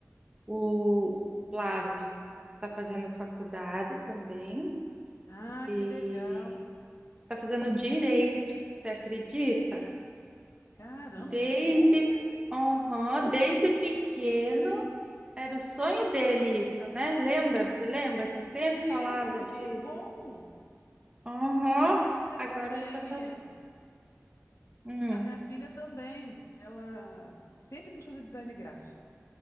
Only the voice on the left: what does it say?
Ah,
que legal.
Caramba,
que bom, né?
Lembro,
que bom!
A minha filha
também,
é.
A minha filha também, ela sempre quis fazer design gráfico.